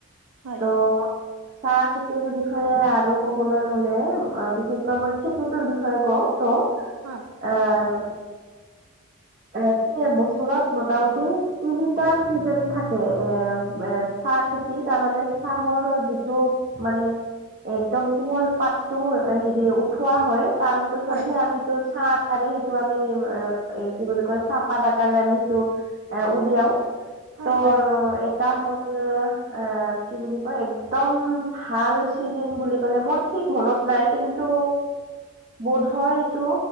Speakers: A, on the right; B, on the right.
A: হয়
B: ত চাহ খেতিৰ বিষয়ে আৰু কবলৈ গ'লে অ বিশেষকৈ মই খেতিটোৰ বিষয়ে কওঁ ত
A: উ।
B: আৰ বাকী এবছৰত মোটামুটি তিনিটা চিজন থাকে এ এ চাহ খেতি তাৰমানে চাহৰৰ যিটো মানে একদম কোমল পাতটো হেৰি উঠোৱা হয়। তাৰপিছতহে
A: হয়
B: আমিতো চাহকাৰে সেইটো আমি <inaudible> কি বুলি কয় চাহপাত আকাৰে আমি সেইটো উলিয়াও
A: হয়
B: ত
A: হয়
B: তা হ'ল এ কি বুলি কয় একদম ভাল চিজন বুলি কলে মোৰ ঠিক মনত নাই কিন্তু বোধহয় এইটো